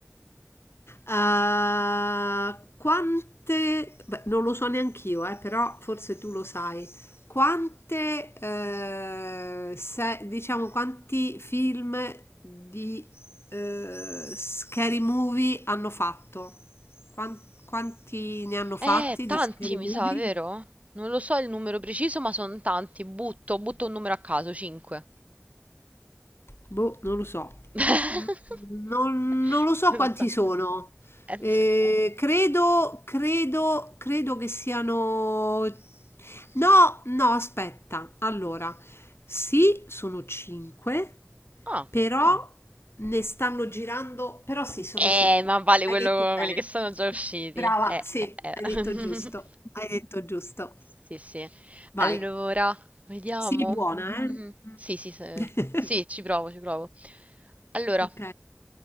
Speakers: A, on the left; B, on the right.
A: Eh, quante, beh, non lo so neanch'io, eh, però forse tu lo sai. Quante, eh, se- diciamo, quanti film di eh, scary movie hanno fatto? Quan- Quanti ne hanno
B: Eh,
A: fatti
B: tanti
A: di scary
B: mi
A: movie?
B: sa, vero? Non lo so il numero preciso, ma sono tanti. Butto, butto un numero a caso, 5.
A: Boh, non lo so.
B: <laughs>
A: Mm, Non, non lo so
B: Lo
A: quanti
B: so.
A: sono.
B: Eh,
A: Eh,
B: s-
A: credo, credo, credo che siano... No, no, aspetta. Allora, sì, sono 5,
B: Ah.
A: però ne stanno girando... Però sì, sono
B: Eh,
A: 5.
B: ma vale
A: Hai
B: quello,
A: detto bene.
B: quelli che sono già usciti.
A: Brava,
B: Eh, eh,
A: sì,
B: eh.
A: hai detto
B: <laughs>
A: giusto. Hai detto giusto.
B: Sì, sì.
A: Vai.
B: Allora, vediamo.
A: Sii buona, eh?
B: Mm, Sì, sì, se-
A: <laughs>
B: sì, ci provo, ci provo. Allora,
A: Ok.